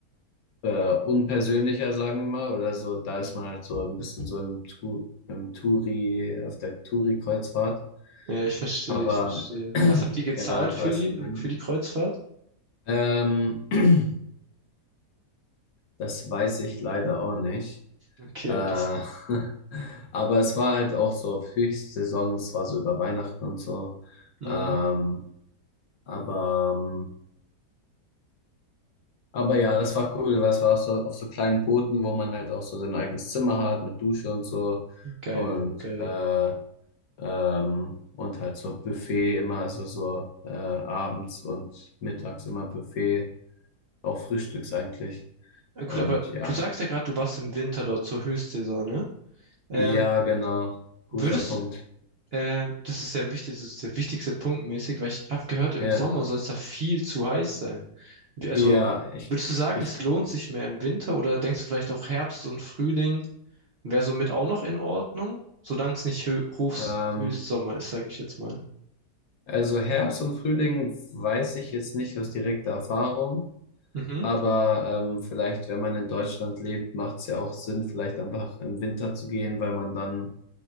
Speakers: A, on the left; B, on the right.
A: äh, unpersönlicher, sagen wir mal, oder so. Da ist man halt so ein bisschen so im, Tu- im Touri, auf der Touri-Kreuzfahrt.
B: Ja, ich verstehe,
A: Aber
B: ich verstehe.
A: <clears throat>
B: Was habt ihr gezahlt
A: ja, du
B: für
A: weißt, was
B: die,
A: ich meine.
B: für die Kreuzfahrt?
A: Ähm, <clears throat> das weiß ich leider auch nicht.
B: Okay,
A: Äh,
B: ja, das geht.
A: <laughs> aber es war halt auch so auf Höchstsaison, es war so über Weihnachten und so.
B: Mhm,
A: Ähm, aber, ähm, aber ja, das war cool, weil es war auf so, auf so kleinen Booten, wo man halt auch so sein eigenes Zimmer hat mit Dusche und so.
B: geil,
A: Und,
B: geil.
A: äh, ähm, und halt so Buffet immer, also so äh, abends und mittags immer Buffet, auch frühstücks eigentlich.
B: Äh,
A: Und
B: gut, aber
A: ja.
B: du sagst ja gerade, du warst im Winter dort zur Höchstsaison, ne? Ähm,
A: Ja, genau. Guter
B: würdest,
A: Punkt.
B: äh, das ist sehr wichtig, das ist der wichtigste Punkt mäßig, weil ich habe gehört, im
A: Ja,
B: Sommer soll es da viel zu heiß sein. Wie- Also,
A: ja, ich,
B: würdest du sagen,
A: ich,
B: es lohnt sich mehr im Winter oder denkst du vielleicht auch Herbst und Frühling wäre somit auch noch in Ordnung, solange es nicht Hö Hochs
A: ähm,
B: Höchstsommer ist, sage ich jetzt mal.
A: also Herbst und Frühling weiß ich jetzt nicht aus direkter Erfahrung,
B: Mhm.
A: aber ähm, vielleicht, wenn man in Deutschland lebt, macht es ja auch Sinn, vielleicht einfach im Winter zu gehen, weil man dann